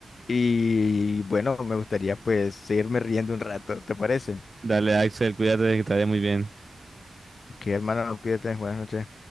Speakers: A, on the left (about 65°); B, on the right (about 25°).
A: y bueno, me gustaría pues seguirme riendo un rato, ¿te parece?
B: Dale, Axel, cuídate que te vaya muy bien.
A: Ok, hermano, cuídate, buenas noches.